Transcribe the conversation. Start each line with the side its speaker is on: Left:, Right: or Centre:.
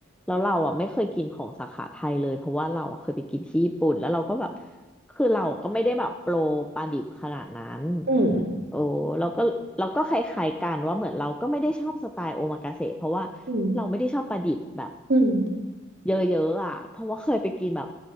Centre: แล้วเราอ่ะไม่เคยกินของสาขาไทยเลยเพราะว่าเราอะเคยไปกินที่ญี่ปุ่นแล้วเราก็แบบคือเราก็ไม่ได้แบบโปรปลาดิบขนาดนั้น
Right: อืม
Centre: โอ้เราก็เราก็คล้ายๆกันว่าเหมือนเราก็ไม่ได้ชอบสไตล์โอมากาเสะเพราะว่า
Right: อืม
Centre: เราไม่ได้ชอบปลาดิบแบบ
Right: อืม
Centre: เยอะๆอ่ะเพราะว่าเคยไปกินแบบ